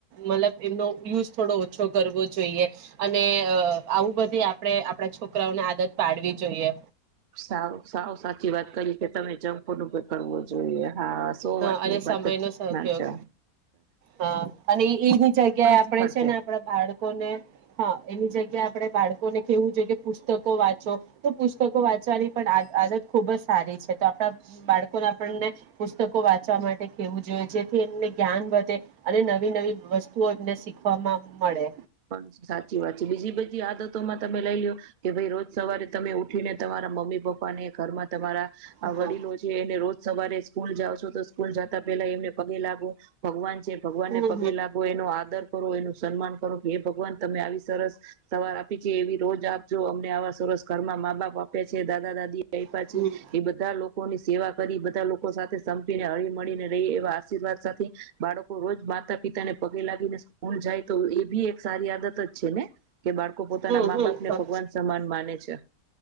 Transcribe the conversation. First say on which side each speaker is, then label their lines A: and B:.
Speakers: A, on the right; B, on the right.
A: મતલબ એમનો યુઝ થોડો ઓછો કરવો જોઈએ અને અ આવું બધી આપણે આપડા છોકરાઓને આદત પાડવી જોઈએ
B: સાવ સાવ સાચી વાત કરી કે તમે જકંફુડ નો ઉપયોગ કરવો જોઈએ હા સો
A: હા
B: વાત
A: અને
B: ની એક
A: સમયનો
B: વાત
A: સદઉપયોગ
B: નાચા
A: હા અને એની જગ્યાએ આપણે
B: શીખાડશે
A: છે ને આપણા બાળકોને હા એની જગ્યાએ આપણેે બાળકો કેવું જોઈએ કે પુસ્તકો વાંચો તો પુસ્તકો વાંચવાની પણ આદત ખુબ જ સારી છે તો આપણા બાળકોને આપણને પુસ્તકો વાંચવા માટે કેવું જોઈએ જેથી એમને જ્ઞાન વધે અને નવી નવી વસ્તુઓ એમને શીખવાવામાં મળે
B: પણ સાચી વાત છે બીજી બધી આદતોમાં તમે લઈ લો્યો કે ભાઈ રોજ સવારે તમે ઉઠીને તમારા મમ્મી પપ્પા પ્પાને ઘરમાં તમારા
A: હમ
B: વડીલો છે એને રોજ સવારે સ્કૂલ જાાવ છો તો સ્કૂલ જતા પેલા એમને પગે લાગો ભગવાન જે ભગવાન
A: હમ
B: ને પગે લાગો એનો આદર કરો એનું સન્માન હે ભગવાન તમે આવી સરસ સવાર આપી છે એવી રોજ આપજો અમને આવા સરસ ઘરમાં મા બાપ આપ છે દાદા દાદી આપ્યા
A: હમ
B: છે એ બધા લોકો ની સેવા કરી બધા લોકો સાથે સંપીને હળી મળીને રહી એવા આશીર્વાદ સાથે બાળકો રોજ માતા પિતા ને પગે લાગીને સ્કૂલ જાય તો એ ભી એક સારી આદત જ છે ને કે બાળકો પોતાના
A: હમ હમ
B: મા
A: હમ
B: બાપને ભગવાન સમાન માને છે